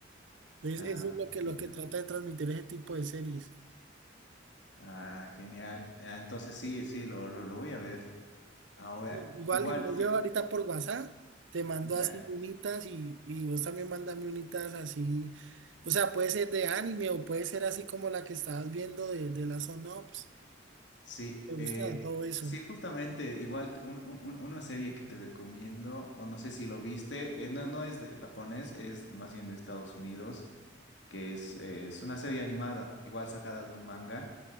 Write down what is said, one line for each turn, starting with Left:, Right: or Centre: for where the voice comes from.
Right: Entonces,
Left: Ah,
Right: eso es lo que, lo
Left: ya.
Right: que trata de transmitir ese tipo de series.
Left: Ah, genial. Ah, entonces sí, sí, lo, lo, lo voy a ver. Ahora,
Right: I- Igual,
Left: igual,
Right: igual
Left: sí,
Right: yo ahorita por WhatsApp te mando
Left: ya.
Right: así unitas y, y vos también mandame unitas así. O sea, puede ser de anime o puede ser así como la que estabas viendo de, de las Ops.
Left: Sí,
Right: Me
Left: eh,
Right: gusta de todo eso.
Left: sí, justamente, igual t- un- un- un- una serie que te recomiendo, o no sé si lo viste, eh, no, no es de japonés, es más bien de Estados Unidos, que es, eh, es una serie animada, igual sacada de un manga,